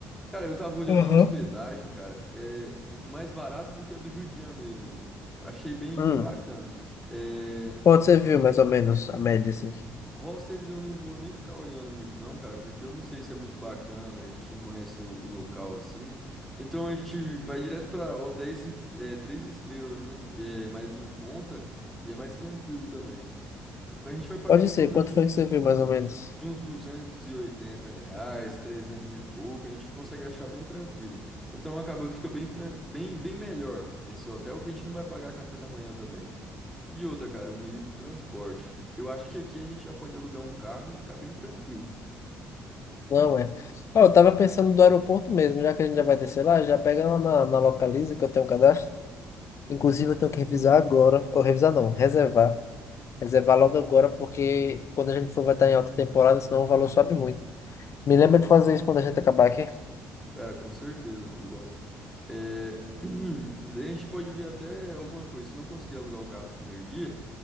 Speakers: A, in the centre; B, on the left (about 50°).
A: Cara, eu tava olhando
B: Aham.
A: a hospedagem, cara, é mais barato do que a do Rio de Janeiro ainda. Achei bem,
B: Hum,
A: bem bacana. É,
B: quanto você viu mais ou menos a média assim?
A: hostels eu não vou nem ficar olhando muito não, cara, porque eu não sei se é muito bacana, a gente não conhece o, o local assim. Então a gente vai direto pra hotéis cinco- é, três estrelas, né, que é mais em conta e é mais tranquilo também. A gente vai pagar
B: Pode
A: em
B: ser,
A: torno
B: quanto
A: de
B: foi
A: um
B: que você viu mais ou menos?
A: de uns 280 reais, 300 e pouco, a gente consegue achar bem tranquilo. Então acabou que fica bem, tran- bem, bem melhor esse hotel, que a gente não vai pagar café da manhã também. E outra, cara, um meio de transporte. Eu acho que aqui a gente já pode alugar um carro e ficar bem tranquilo.
B: Não é. Ó, eu tava pensando do aeroporto mesmo, já que a gente já vai descer lá, já pega lá na, na Localiza que eu tenho um cadastro. Inclusive eu tenho que revisar agora, ou revisar não, reservar. Reservar logo agora, porque quando a gente for vai estar em alta temporada, senão o valor sobe muito. Me lembra de fazer isso quando a gente acabar aqui.
A: Cara, com certeza, vamos embora. É, <clears throat> e daí a gente pode ver até alguma coisa. Se não conseguir alugar o carro no primeiro dia,